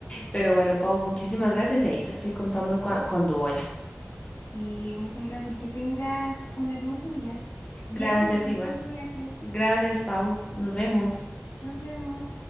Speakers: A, on the left; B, on the left.
A: Pero bueno, Pau, muchísimas gracias y ahí te estoy contando Gracias
B: Sí, muchas gracias. Que tengas un hermoso día y
A: gracias
B: éxito con
A: igual,
B: todo en tu viaje.
A: Gracias, Pau. nos vemos.
B: Nos vemos.